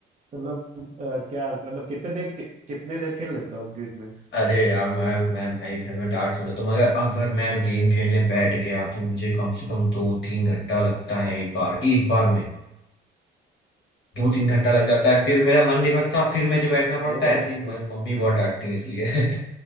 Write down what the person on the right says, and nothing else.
मतलब आ, क्या मतलब कितने देर खे- कितने देर खेल लेते हो आप गेम में
ओ
तब